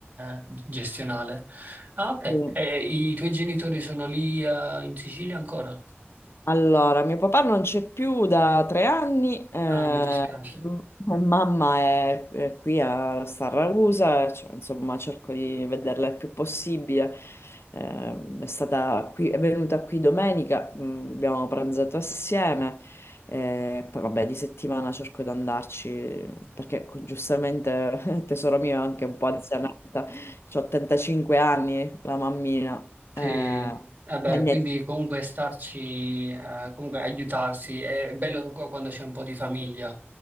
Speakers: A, on the right; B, on the left.
A: eh, gestionale. Ah, ok.
B: Sì.
A: E i tuoi genitori sono lì eh, in Sicilia ancora?
B: Allora, mio papà non c'è più da tre anni, eh,
A: Ah, mi dispiace.
B: m- mamma è, è qui a Sarragusa, cioè, insomma cerco di vederla il più possibile. Eh, è stata qui, è venuta qui domenica, mm, abbiamo pranzato assieme, eh, poi vabbè di settimana cerco di andarci perché co- giustamente <laughs> tesoro mio è anche un po' anzianetta, ho 85 anni, la mammina.
A: Sì,
B: eh,
A: vabbè,
B: e
A: quindi comunque starci, eh, comunque aiutarsi, è bello qu- quando c'è un po' di famiglia,